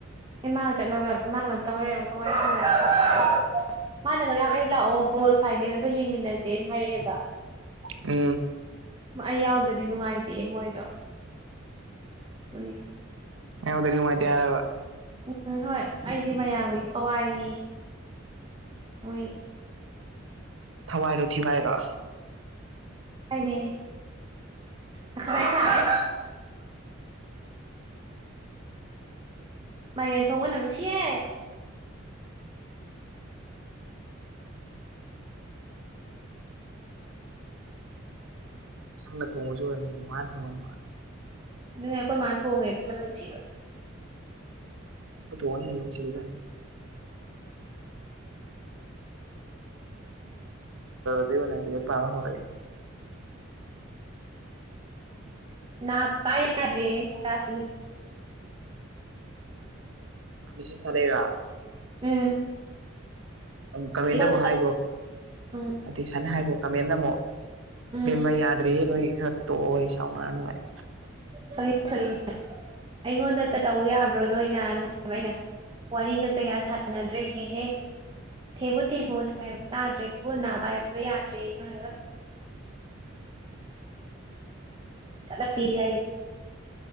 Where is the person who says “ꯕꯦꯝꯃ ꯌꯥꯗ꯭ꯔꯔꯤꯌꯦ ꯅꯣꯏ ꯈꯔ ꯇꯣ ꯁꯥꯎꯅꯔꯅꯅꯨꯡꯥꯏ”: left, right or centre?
Right